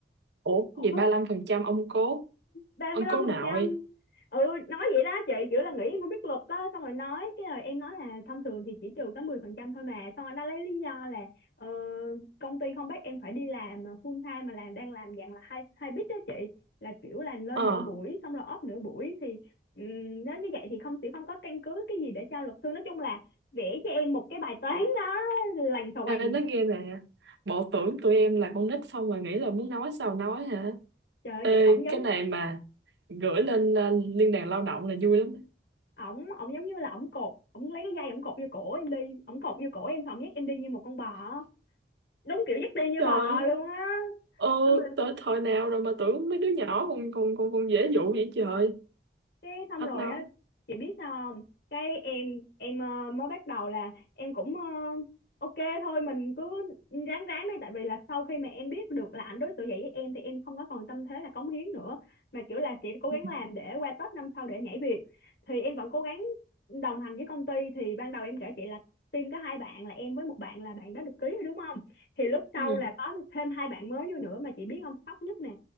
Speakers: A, on the right; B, on the left.
A: ủa cái
B: Ủa?
A: gì ba lăm phần trăm ông cố
B: 35%
A: ông cố nội
B: ừ nói vậy đó chị kiểu là nghĩ em không biết luật đó xong rồi nói cái rồi em nói là thông thường thì chỉ trừ có 10% thôi mà xong rồi nó lấy lý do là ờ, công ty không bắt em phải đi làm full time mà làm đang làm dạng là hai hai bít đó chị là kiểu là lên
A: ờ
B: nửa buổi xong rồi off nửa buổi thì ừm, nếu như vậy thì không sẽ không có căn cứ cái gì để cho luật sư nói chung là vẽ cho em một cái bài toán đó lành xà quành
A: Ê, nói nghe nè bộ tưởng tụi em là con nít xong rồi nghĩ là muốn nói sao nói hả
B: trời ơi
A: Ê,
B: chị ổng giống
A: cái này mà gửi lên ờ, liên đoàn lao động là vui lắm
B: ổng ổng giống như là ổng cột ổng lấy cái dây ổng cột vô cổ em đi ổng cột vô cổ em xong ổng dắt em đi như một con bò đúng kiểu dắt đi như
A: Trời
B: bò
A: ơi,
B: luôn á
A: ờ,
B: xong rồi
A: tới thời nào rồi mà tưởng mấy đứa nhỏ còn còn còn còn dễ dụ vậy trời.
B: cái xong
A: Hết
B: rồi
A: nói.
B: á chị biết sao không cái em em ờ, mới bắt đầu là em cũng ờ, ok thôi mình cứ ráng ráng đi tại vì là sau khi mà em biết được là ảnh đối xử vậy với em thì em không có còn tâm thế là cống hiến nữa mà kiểu là sẽ cố
A: Ừ.
B: gắng làm để qua Tết năm sau để nhảy việc thì em vẫn cố gắng đồng hành với công ty thì ban đầu em kể chị là team có hai bạn là em với một bạn là bạn đã được ký rồi đúng không thì lúc sau
A: Ừ.
B: là có thêm hai bạn mới vô nữa mà chị biết không sốc nhất nè